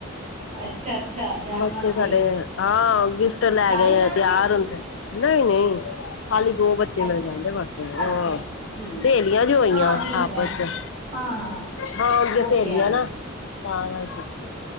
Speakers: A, on the right (about 30°); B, on the left (about 65°).
A: ਅੱਛਾ। ਅੱਛਾ ਜਾਣ
B: ਬੱਚੇ
A: ਵਾਸਤੇ
B: ਸਾਡੇ ਹਾਂ ਗਿਫਟ ਲੈ
A: ਸਾਰੇ
B: ਗਏ
A: ਜਾਣਗੇ
B: ਆ ਤਿਆਰ ਹੁੰਦੇ ਨਹੀਂ ਨਹੀਂ। ਹਾਲੀ ਦੋ ਬੱਚੇ
A: ਅੱਛਾ
B: ਮੇਰੇ ਜਾਂਦੇ
A: ਅੱਛਾ
B: ਬਸ ਸਹੇਲੀਆਂ
A: ਅੱਛਾ ਅੱਛਾ ਠੀਕ ਹੈ ਠੀਕ
B: ਜੋ ਹੋਈਆਂ
A: ਹਾਂ ਠੀਕ
B: ਆਪਸ
A: ਹੈ
B: ਚ।
A: ਹਾਂ ਹਾਂ
B: ਹਾਂ ਅੱਗੇ
A: ਉਹ
B: ਸਹੇਲੀ
A: ਤੇ ਹੈ
B: ਆ
A: ਹੀ
B: ਨਾ ਤਾਂ ਕਰਕੇ